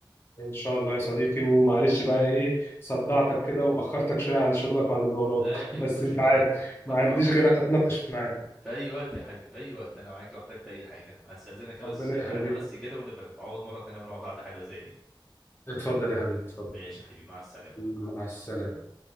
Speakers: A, on the left; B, in the centre.
A: ان شاء الله يا صديقي ومعلش بقى ايه صدعتك كده واخرتك شويه عن شغلك وعن اللي وراك
B: لا يا حبيبي
A: <laughs> بس
B: ما تقولش
A: انت
B: كده
A: عارف
B: ت- تحت
A: ما عنديش
B: امرك
A: غيرك اتناقش معاه
B: في اي وقت يا حبيبي في اي وقت انا معاك لو احتجت اي حاجه استاذنك بس
A: ربنا
B: آه،
A: يخليك
B: انا بس كده ونبقى نتعوض مره تانية ونقعد قعده حلوه زي دي
A: اتفضل يا حبيبي اتفضل
B: ماشي يا حبيبي مع السلامه
A: مع السلامه